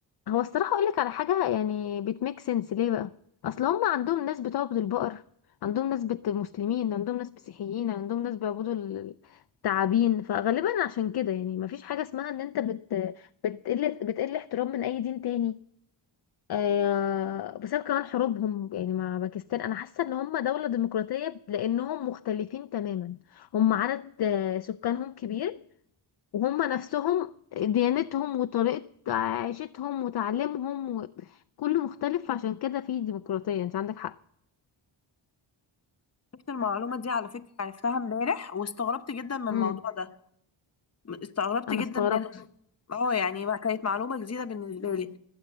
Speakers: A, on the left; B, on the left.
A: هو الصراحة اقول لك على حاجة يعني بتميك سنس ليه بقى اصل هم عندهم ناس بتعبد البقر عندهم ناس بت مسلمين عندهم ناس مسيحيين عندهم ناس بيعبدوا ال- التعابين فغالبا عشان كده يعني مفيش حاجة اسمها ان انت بت بتقل بتقل احترام من اي دين تاني آه بسبب كمان حروبهم يعني مع باكستان انا حاسة ان هم دولة ديمقراطية لانهم مختلفين تماما هم عدد آه، سكانهم كبير وهم نفسهم ديانتهم وطريقة عيشتهم وتعليمهم وكله مختلف عشان كده في ديمقراطية انت عندك حق
B: عرفت المعلومة دي على فكرة عرفتها امبارح واستغربت جدا من الموضوع
A: امم
B: ده استغربت
A: انا
B: جدا
A: استغربت
B: منها اه يعني ما كانت معلومة جديدة بالنسبة لي